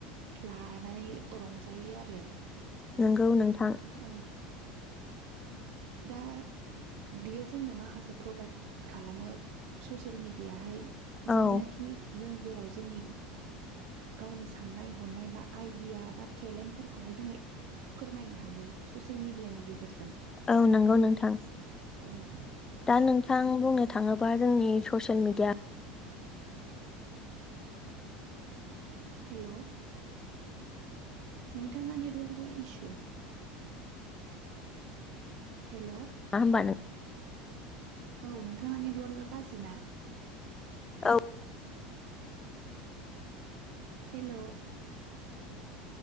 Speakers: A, on the right; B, on the left.
A: लानानै रंजायो आरो
B: नोंगौ नोंथां
A: ओं दा बेयो जोंना मा खा माखासे प्रभाइद खालामो ससियेल मेडियाहाय जायनाखि
B: औ
A: जों जेराव जोंनि गावनि साननाय हनाय बा आइडिया बा टेलेन्टफोरखौहाय जोंङो फोरमायनो हायो ससियेल मेडियानि गेजेरजों
B: औ नंगौ नोंथां
A: औ
B: दा नोंथां बुंनो थाङोबा जोंनि ससियेल मिडिया
A: हेलौ' नोंथांना नेटवार्कआ इसु हेल
B: मा होनबा नों
A: औ नोंथांना नेटवार्कआ गाज्रि ना
B: औ
A: हेल